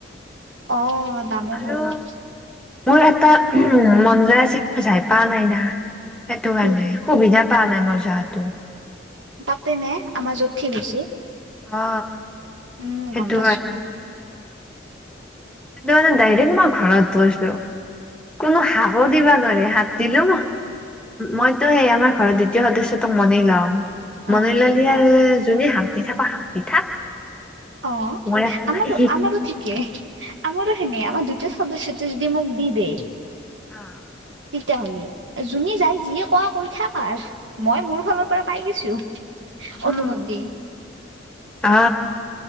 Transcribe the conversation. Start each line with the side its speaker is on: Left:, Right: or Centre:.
Right: অ দামো
Centre: আৰু
Right: বহুত
Centre: মোৰ এটা উ মন যায় আছে কি মই যাই পোৱা নাই না সেইটো কাৰণে
Right: কি
Centre: সুবিধা পা নাই মজাটো।
Right: তাতেনে আমাৰ যত ঠিক হৈচি
Centre: অ
Right: উম
Centre: সেইটো
Right: গম পাইছো
Centre: সটো মানে ডাইৰেক্ মই ঘৰত গৈছো, কোনো হাহও দিবা নোৱাৰে শাক দিলো মইতো সেই আমাৰ ঘৰৰ দ্বিতীয় সদস্য তোক মানি লম।
Right: অ
Centre: মন ললি আৰু যোনি হাঁগ দি থাক হাঁগ দি থাক।
Right: অ
Centre: মই একো
Right: আমাৰ
Centre: নাই
Right: আমাৰ ঠিকে, আমাৰ সেনে আমাৰ দু সদস্যটো যদি মোক দি দেই
Centre: অ
Right: তেতিয়া হ'লে যোনী যাই যিয় কোৱা কৈ থাক আৰ মই মোৰ ফালৰ পৰা পাই গৈছো
Centre: অ
Right: অনুমতি।
Centre: অ